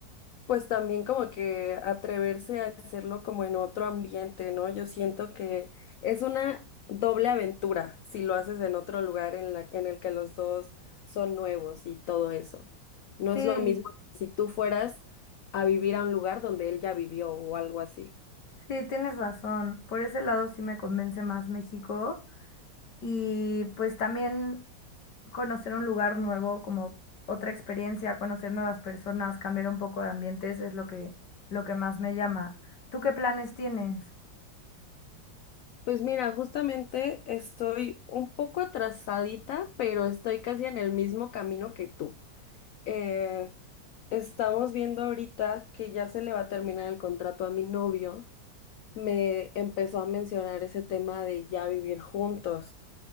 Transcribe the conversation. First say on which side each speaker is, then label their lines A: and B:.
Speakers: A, on the left (about 85°); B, on the left (about 65°).
A: pues también como que atreverse a hacerlo como en otro ambiente, ¿no? Yo siento que es una doble aventura si lo haces en otro lugar en la, en el que los dos son nuevos y todo eso. No
B: Sí,
A: es lo mismo que si tú fueras a vivir a un lugar donde él ya vivió o algo así.
B: sí, tienes razón. Por ese lado sí me convence más México. Y pues también conocer un lugar nuevo, como otra experiencia, conocer nuevas personas, cambiar un poco de ambientes es lo que, lo que más me llama. ¿Tú qué planes tienes?
A: Pues mira, justamente estoy un poco atrasadita, pero estoy casi en el mismo camino que tú. eh, estamos viendo ahorita que ya se le va a terminar el contrato a mi novio. Me empezó a mencionar ese tema de ya vivir juntos.